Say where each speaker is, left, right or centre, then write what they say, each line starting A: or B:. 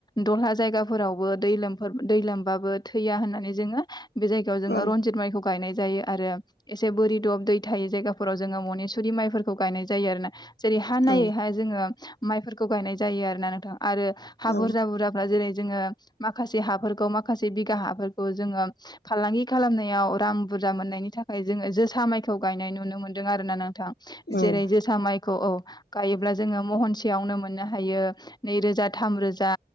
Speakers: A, on the left (about 25°); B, on the left (about 80°).
A: दह्ला जायगाफोरावबो दै लोम दै लोमबाबो थैया होननानै जोङो बे जायगायाव जोङो
B: औ
A: रन्जित माइखौ गायनाय जायो आरो एसे बोरि दब दै थायै जायगाफोराव जोङो मनेसुरि माइफोरखौ गायनाय जायो आरो ना? जेरै हा नायै
B: औ
A: हा जोङो माइफोरखौ गायनाय जायो आरो ना नोंथां। आरो हा
B: औ
A: बुरजा बुरजाफ्रा जेरै जोङो माखासे हाफोरखौ माखासे बिगा हाफोरखौ जोङो फालांगि खालामनायाव रां बुरजा मोननायनि थाखाय जोङो जोसा माइखौ गायनाय नुनो मोनदों आरोना नोंथां।
B: औ
A: जेरै जोसा माइखौ औ गायोब्ला जोङो महनसेयावनो मोन नो हायो नै रोजा थाम रोजा।